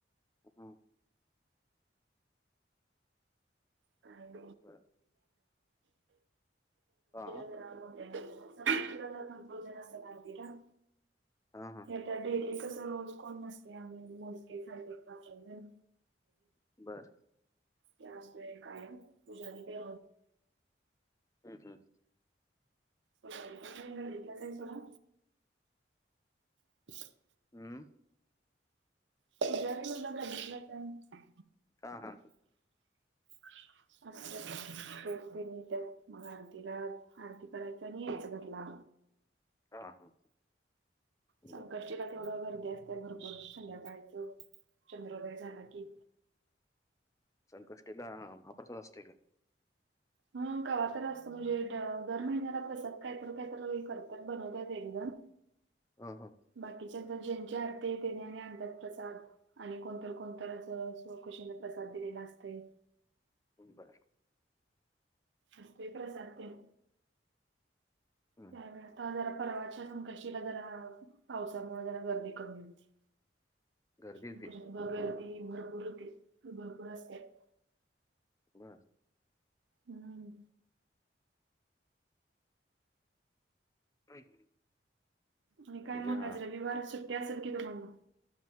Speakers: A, on the left (about 15°); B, on the right (about 80°).
A: हम्म.
B: <unintelligible> संकष्टीला
A: बर हा
B: जरा मोठ्यानं संकष्टीला जरा धावपळ होत्या ना जरा आरतीला.
A: हा हा.
B: आता डेली कसं रोज कोण नसतय आम्ही मोजकेच आहे पाच सहा जण
A: बरं.
B: त्या असतोय कायम पूजारी तेे
A: हम्म हम्म.
B: <unintelligible> गल्लीतल्याच आहेत सोडा. <inaudible>
A: अं
B: पुजारी पण गल्लीतलाच हाय.
A: हा हा.
B: <inaudible> असनी त्या मग आरतीला आरती करायच आणि यायच घरला.
A: हा हा.
B: संकष्टिला
A: बर
B: तेथवढं गर्दी असत्या भरपूर संध्याकाळच चंद्रोदय झालं की.
A: संकष्टीला महाप्रसाद असतोय काय?
B: ह कावा तर असतं म्हणजे दर महिन्याला प्रसाद काहीतर काहीतर करत्यात बनवत्यात एकजण
A: हा हा.
B: बाकीच्या ज्यांच्या आरती तेणी आणि आणतात प्रसाद. आणि कोणतर कोणतर स्वखुशीनं प्रसाद दिलेला असतय.
A: बरं.
B: असतोय प्रसाद तेन
A: हम्म
B: त्यावेळेस जरा परवाच्या संक अष्टमीला जरा पावसामुळं जरा गर्दी कमी होती
A: गर्दी होती
B: नाहीतर भगवती भरपूर होती भरपूर असत्यात.
A: बर.
B: हम्म.
A: <inaudible>
B: आणि काय
A: ह्याच्या
B: मग काय आज रविवार सुट्टी असेल की तुम्हाला?